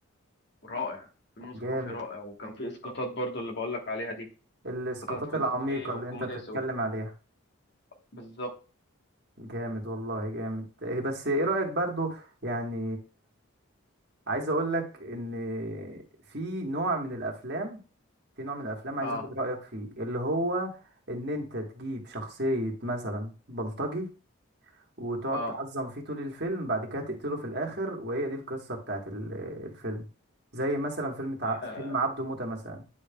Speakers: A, on the left; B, on the right.
A: رائع فيلم
B: جامد
A: ثقافي رائع وكان فيه اسقاطات برضه اللي بقول لك عليها دي
B: الاسقاطات
A: اسقاطات فلسفية
B: العميقة اللي
A: وكوميديا
B: انت بتتكلم
A: سوداء
B: عليها
A: بالظبط
B: جامد والله جامد إيه بس ايه رأيك برضو يعني عايز اقول لك ان في نوع من الافلام في نوع من الافلام عايز
A: اه
B: اخد رايك فيه اللي هو ان انت تجيب شخصيه مثلا بلطجي وتقعد
A: اه
B: تعظم فيه طول الفيلم بعد كده تقتله في الاخر وهي دي القصه بتاعت ال- آه، الفيلم زي مثلا فيلم تع...
A: اه
B: فيلم عبده موتة مثلا